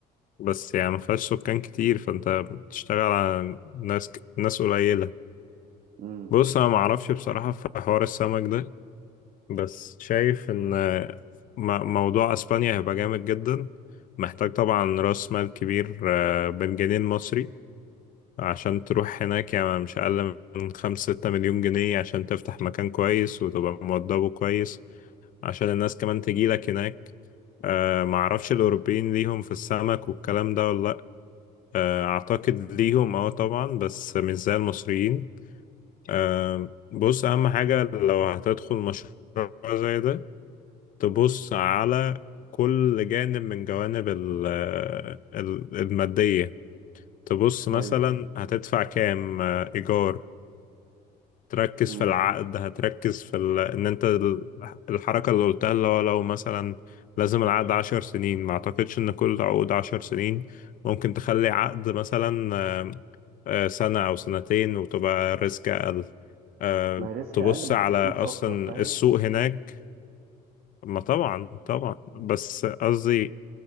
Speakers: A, on the left (about 55°); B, on the right (about 65°).
A: بس يعني ما فيهاش سكان كتير فانت بتشتغل على ناس ك... ناس قليلة
B: امم
A: بص انا ما اعرفش بصراحة في حوار السمك ده بس شايف ان م- موضوع اسبانيا هيبقى جامد جدا محتاج طبعا راس مال كبير آه، بالجنيه المصري عشان تروح هناك يعني مش اقل من خمسة ستة مليون جنيه عشان تفتح مكان كويس وتبقى موضبه كويس عشان الناس كمان تجيلك هناك آه، ما اعرفش الاوروبيين ليهم في السمك والكلام ده ولا آه، أعتقد ليهم اه طبعا بس مش زي المصريين آه، بص أهم حاجة لو هتدخل مشروع زي ده تبص على كل جانب من جوانب ال- آه، ال- المادية تبص مثلا
B: أيوه
A: هتدفع كام آه، إيجار تركز
B: امم
A: في العقد هتركز في ال... ان انت ال- الحركة اللي قلتها اللي هو لو مثلا لازم العقد عشر سنين ما اعتقدش ان كل عقود عشر سنين ممكن تخلي عقد مثلا آه، آه، سنة او سنتين وتبقى ريسك اقل آه،
B: ما هي ريسك
A: تبص
B: أقل بس
A: على
B: فلوس
A: اصلا
B: أكتر فاهم؟
A: السوق هناك ما طبعا طبعا بس قصدي